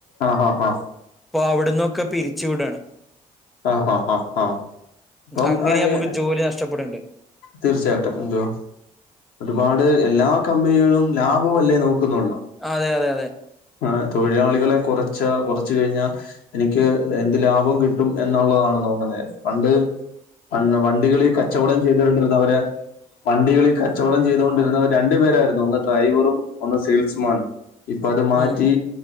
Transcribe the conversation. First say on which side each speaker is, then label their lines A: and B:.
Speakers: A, on the left; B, in the centre.
A: ആഹ ആഹ ആാ
B: ഇപ്പൊ അവ്ട്ന്നൊക്കെ പിരിച്ചുവിടാണ്
A: ആ ആ ആ അപ്പം
B: അങ്ങനെ
A: ആ
B: നമുക്ക്
A: ഏ
B: ജോലി നഷ്ടപ്പെടണ്ട്
A: തീർച്ചയായിട്ടും ൻജോ ഒരുപാട് എല്ലാ കമ്പനികളും ലാഭമല്ലേ നോക്കുന്നുള്ളൂ
B: ആഹ് അതെ അതെ അതെ.
A: ആഹ് തൊഴിലാളികളെ കൊറച്ച്, കൊറച്ച് കഴിഞ്ഞാ എനിക്ക് എന്ത് ലാഭം കിട്ടും എന്നുള്ളതാണ് നോക്കുന്നെ. പണ്ട് അന്ന് വണ്ടികളിൽ കച്ചവടം ചെയ്തൊണ്ടിരുന്നവരെ വണ്ടികളിൽ കച്ചവടം ചെയ്തോണ്ടിരുന്നത് രണ്ടു പേരായിരുന്നു ഒന്ന് ഡ്രൈവറും ഒന്ന് സെയിൽസ്മാനും. ഇപ്പൊ അത് മാറ്റി
B: ഉം